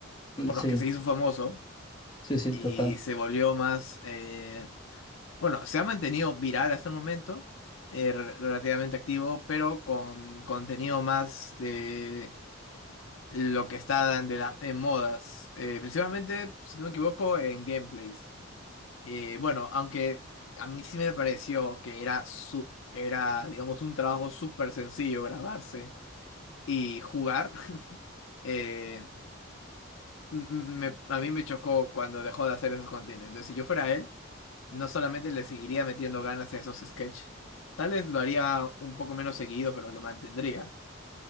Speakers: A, on the left; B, on the left.
A: Mm,
B: por
A: Sí,
B: los que se hizo famoso
A: sí, sí,
B: y
A: total.
B: se volvió más, eh, bueno, se ha mantenido viral hasta el momento, eh, re- relativamente activo, pero con contenido más de lo que está de la- en modas, eh, principalmente, si no me equivoco, en gameplays. Eh, bueno, aunque a mí sí me pareció que era, su, era digamos, un trabajo súper sencillo grabarse y jugar. <laughs> eh, m- m- me- a mí me chocó cuando dejó de hacer esos contenidos. Entonces, si yo fuera él, No solamente le seguiría metiendo ganas a esos sketches, tal vez lo haría un poco menos seguido, pero lo mantendría.